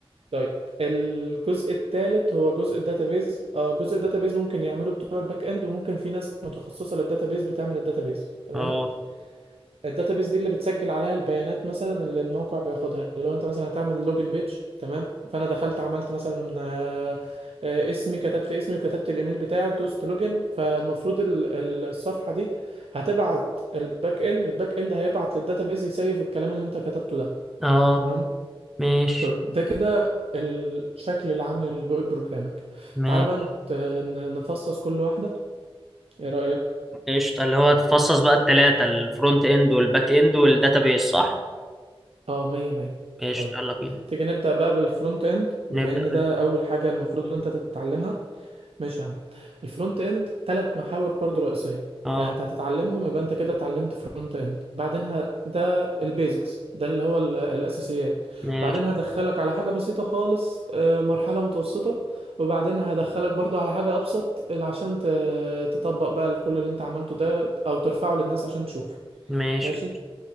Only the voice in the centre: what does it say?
اه
اه
ماشي
ماشي
قشطة اللي هو هتفصص بقى الثلاثة الفرونت اند والباك اند والداتابيز صح؟
قشطة
يلا بينا
نبدأ
بال
اه
ماشي
ماشي